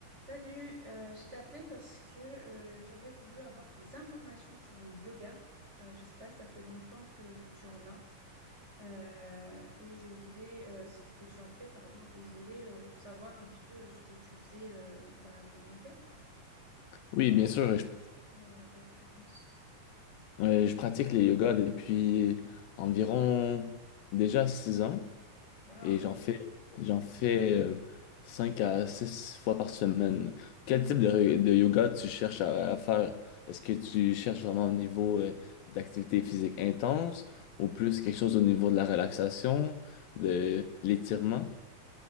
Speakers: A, on the right; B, on the left.
A: Salut, euh, je t'appelais parce que euh, j'aurais voulu avoir des informations sur le yoga. Euh, je sais pas, ça fait longtemps que tu en as euh, et je voulais euh, si- que tu en fais, pardon, et je voulais euh, savoir un petit peu ce que tu faisais euh, bah, comme yoga.
B: Oui,
A: Quel
B: bien sûr. Je,
A: euh, à quelle fréquence?
B: euh, je pratique le yoga depuis environ déjà 6 ans
A: Waouh.
B: et j'en fais, j'en fais euh, 5 à 6 fois par semaine. Quel type de, de yoga tu cherches à, à faire? Est-ce que tu cherches vraiment au niveau euh, d'activité physique intense ou plus quelque chose au niveau de la relaxation, de l'étirement?